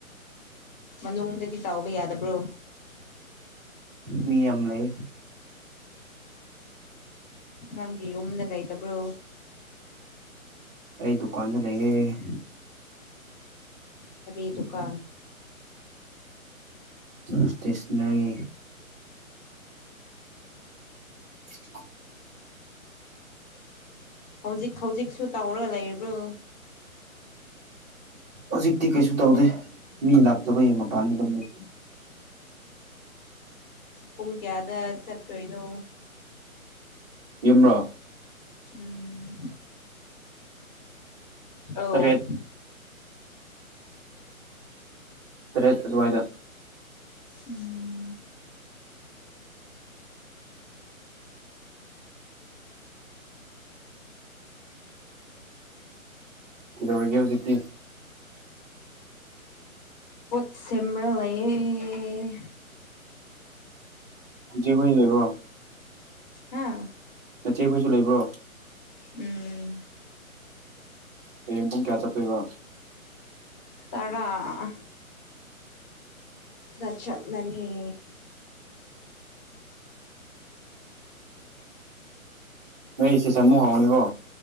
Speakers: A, on the left; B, on the right.
A: ꯃꯅꯨꯡꯗꯒꯤ ꯇꯧꯕ ꯌꯥꯗꯕ꯭ꯔꯣ
B: ꯃꯤ ꯌꯥꯝ ꯂꯩ
A: ꯅꯪꯒꯤ ꯌꯨꯝꯗ ꯂꯩꯩꯇꯕ꯭ꯔꯣ
B: ꯑꯩ ꯗꯨꯀꯥꯟꯗ ꯂꯩꯌꯦ
A: ꯀꯔꯤ ꯗꯨꯀꯥꯟ
B: ꯒꯁꯇꯤꯁꯅꯦ <unintelligible>
A: ꯍꯧꯖꯤꯛ ꯍꯧꯖꯤꯛꯁꯨ ꯇꯧꯔꯥ ꯂꯩꯔꯤꯕ꯭ꯔꯣ
B: ꯍꯧꯖꯤꯛꯇꯤ ꯀꯩꯁꯨ ꯇꯧꯗꯦ ꯃꯤ ꯂꯥꯛꯇꯕꯒꯤ ꯃꯄꯥꯟ ꯑꯗꯨꯝ ꯂꯩ
A: ꯄꯨꯡ ꯀꯌꯥꯗ ꯆꯠꯇꯣꯏꯅꯣ
B: ꯌꯨꯝꯔꯣ
A: ꯎꯝ ꯑꯧ
B: ꯇꯔꯦꯠ ꯇꯔꯦꯠ ꯑꯗꯨꯋꯥꯏꯗ
A: ꯎꯝ
B: ꯀꯩꯗꯧꯔꯤꯒꯦ ꯍꯧꯖꯤꯛꯇꯤ
A: ꯄꯣꯠ ꯁꯦꯃ꯭ꯔꯥ ꯂꯩꯌꯦ
B: ꯏꯆꯦꯈꯣꯏꯁꯨ ꯂꯩꯕ꯭ꯔꯣ
A: ꯍꯥ
B: ꯅꯆꯦꯈꯣꯏꯁꯨ ꯂꯩꯕ꯭ꯔꯣ
A: ꯎꯝ
B: ꯍꯥꯌꯦꯡ ꯄꯨꯡ ꯀꯌꯥ ꯆꯠꯇꯣꯏꯕ
A: ꯇꯔꯥ ꯗ ꯆꯠꯂꯅꯤ
B: ꯅꯣꯏ ꯆꯦ ꯆꯟ ꯃꯨꯛ ꯍꯥꯎꯅꯤꯀꯣ